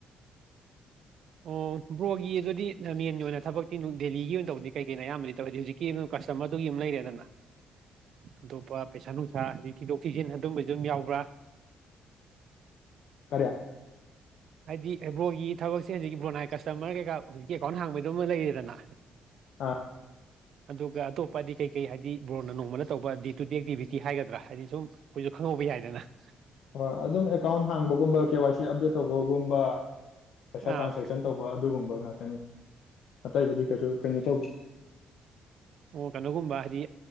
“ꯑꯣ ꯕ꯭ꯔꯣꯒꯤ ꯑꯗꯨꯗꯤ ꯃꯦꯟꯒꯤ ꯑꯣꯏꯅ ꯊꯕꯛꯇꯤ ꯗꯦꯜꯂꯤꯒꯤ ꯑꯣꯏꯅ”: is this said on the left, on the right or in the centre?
Right